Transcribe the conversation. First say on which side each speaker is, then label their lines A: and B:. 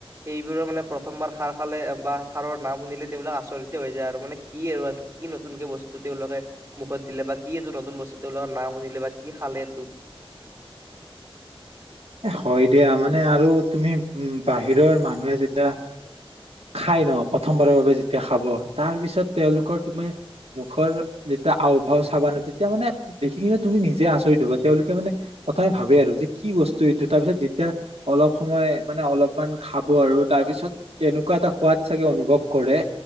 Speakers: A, on the right; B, on the right.
A: সেইবোৰৰ মানে প্ৰথমবাৰ খাৰ খালে বা খাৰৰ নাম শুনিলে তেওঁলিলাক আচৰিতে হৈ যায় আৰু মানে কি আৰু কি নতুনকে বস্তু তেওঁলোকে মুখত দিলে বা কি এইটো নতুন বস্তু তেওঁলোকৰ নাম শুনিলে বা কি খালে এইটো।
B: এ হয় দিয়া মানে আৰু তুমি উম বাহিৰৰ মানুহে যেতিয়া খাই ন প্ৰথমবাৰৰ বাবে যেতিয়া খাব তাৰ পিছত তেওঁলোকৰ তুমি মুখৰ যেতিয়া আওভাও চাবা ন তেতিয়া মানে দেখি কিনে তুমি নিজে আচৰিত হবা তেওঁলোকে মানে প্ৰথমে ভাবে আৰু যে কি বস্তু? ৃ তাৰপিছত যেতিয়া অলপ সময় মানে অলপমান খাব আৰু তাৰ পিছত তেনেকুৱা এটা সোৱাদ চাগে অনুভৱ কৰে